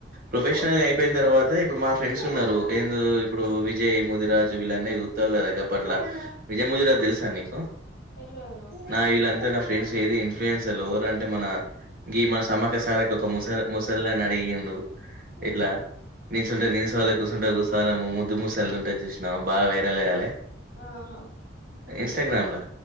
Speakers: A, on the right; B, on the left.
A: ప్రొఫెషనల్గా
B: అదే
A: అయిపోయిన తర్వాత అదే ఇప్పుడు మా ఫ్రెండ్స్ ఉన్నారు ఏందో ఇప్పుడు విజయ్ ముదిరాజ్ వీళ్ళ అన్ని చూతావ్ కదా పట్ల విజయ ముజరా తెలుసా నీకు
B: తెల్వదు నాకు
A: నా ఈల్లంతా నా ఫ్రెండ్స్ ఏది ఇన్ఫ్లుయెన్సర్లు ఎవర్ అంటే మనా గీమా, సమ ఒకసారి ఒక ముసల్ ముసల్దాన్ని అడిగిండు. ఇట్లా నిల్చుంటే నిల్చోవాలె కూసుంటే కూసోవాలె ముద్దు ముూసళ్ దుంటది చూశ్ నాం బాగా వైరల్ గాలే.
B: ఆహా
A: ఇంస్టాగ్రామ్లా.